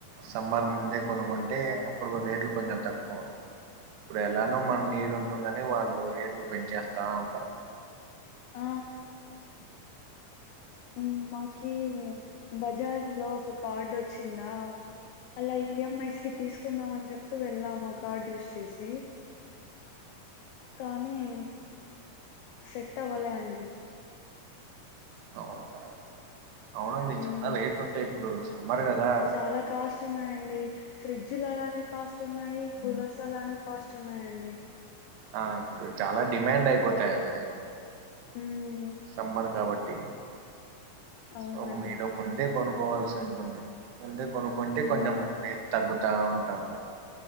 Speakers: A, on the right (about 85°); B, on the left (about 85°).
A: సమ్మర్ ముందే కొనుకున్ అంటే అప్పుడు రేట్లు కొంచెం తక్కువ ఉన్ ఇప్పుడు ఎలానో మన నీడు ఉంటుందని వాళ్ళు రేట్లు పెంచేస్తా ఉంటారు
B: ఆ యూ మాకి బజాజ్ లో ఒక కార్డ్ వచ్చిందా అలా ఈఎంఐస్ కి తీసుకుందాం అని చెప్పి వెళ్ళాము ఆ కార్డ్ యూస్ చేసి కానీ ఉహ్ సెట్ అవ్వలే అండి
A: అవునా అవునండి
B: హ్మ్
A: చాలా రేట్లు ఉంటాయి ఇప్పుడు సమ్మర్ కదా
B: చాలా కాస్ట్ ఉన్నాయ్ డి ఫ్రిడ్జ్ లు అలానే కాస్ట్ ఉన్నాయి కూలర్స్ అలానే కాస్ట్ ఉన్నాయ్ అండి
A: ఆ ఇప్పుడు చాలా డిమాండ్ అయిపోతాయి అవి
B: ఉ
A: సమ్మర్ కాబట్టి
B: అవునండి
A: సో మీరు ముందే కొను పోవాల్సి ఉంటుంది అంటె కొనుక్కుంటే
B: హ్మ్
A: కొంచెం రేట్ తగ్గు తా ఉంటాండ